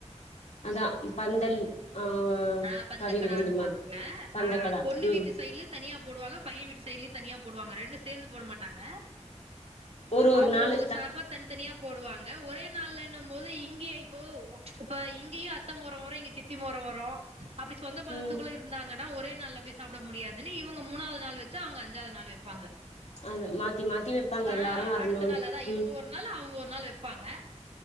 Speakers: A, on the left; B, on the right.
A: அதா இ பந்தல் ஆ
B: ஆஹ் பந்தக்கடான்னுவாங்க
A: கறி விருந்து மாரி பந்தக்கடா
B: ஆஹ் அது பொண்ணு
A: ம்
B: வீட்டு சைட்லனு தனியா போடுவாங்க பையன் வீட்டு சைட்லயு தனியா போடுவாங்க ரெண் டு சேந்து போட மாட்டாங்க
A: ஒரு ஒரு
B: அவங்கவுங்க
A: நாளு
B: சார்பா தனித்தனியா போடுவாங்க ஒரே நாள்லனு போது இங்கேய் போ ஓ இப்ப இங்கேயு அத்த மொற வரு இங்க சித்தி மொற வரு ரு அப்டி சொந்த பந்தத்துக்குள்ள
A: ம்
B: இருந்தாங் ங்கனா ஒரே நாள்ல போய் சாப்பிட முடியாதுனு இவங்க மூணாவது நாள் வச்சு அவங்க அஞ்சாவது நாள் வைப்பாங்க
A: அது மாத்தி மாத்தி வெப்பாங்க
B: ஆஹ்
A: எல்லாரு வரணுனு
B: அடுத்த நாள் அதா இவங்க
A: ம்
B: ஒரு நாள் அவங்க ஒரு நாள் வெப்பாங்க